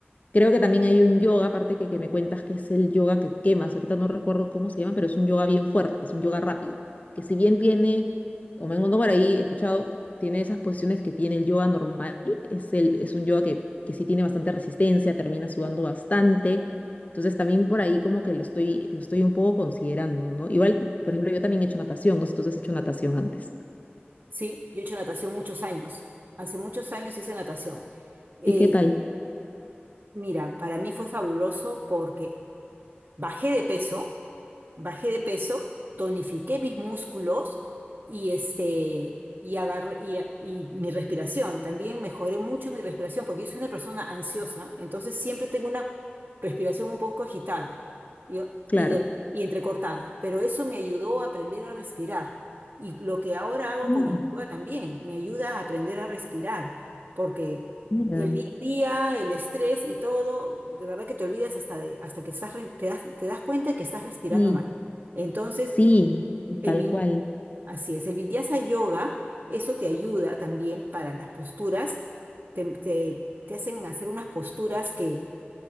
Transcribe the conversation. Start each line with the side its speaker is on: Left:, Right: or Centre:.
Left: Creo que también hay un yoga, aparte que, que me cuentas que es el yoga que quemas. Ahorita no recuerdo cómo se llama, pero es un yoga bien fuerte, es un yoga rápido. Que si bien tiene, o me encontrado por ahí, he escuchado, tiene esas posiciones que tiene el yoga normal, es, el, es un yoga que, que sí tiene bastante resistencia, termina sudando bastante. Entonces también por ahí como que lo estoy, lo estoy un poco considerando, ¿no? Igual, por ejemplo, yo también he hecho natación, no sé si tú has hecho natación antes.
Right: sí, yo he hecho natación muchos años. Hace muchos años hice natación. Eh,
Left: ¿Y qué tal?
Right: y mira, para mí fue fabuloso porque bajé de peso bajé de peso, tonifiqué mis músculos y este y agarré y, y mi respiración. También mejoré mucho mi respiración porque yo soy una persona ansiosa, entonces siempre tengo una respiración un poco agitada y,
Left: Claro.
Right: y, de- y entrecortada, pero eso me ayudó a aprender a respirar. Y lo que ahora hago
Left: Mm,
Right: con el yoga también, me ayuda a aprender a respirar, porque
Left: mira.
Right: el día a día, el estrés y todo, de verdad que te olvidas hasta de, hasta que estás, re- te das, te das cuenta que estás respirando
Left: Sí,
Right: mal. Entonces,
Left: sí,
Right: el
Left: tal
Right: vinyasa,
Left: cual.
Right: así es, el vinyasa yoga, eso te ayuda también para las posturas, te, te- te hacen hacer unas posturas que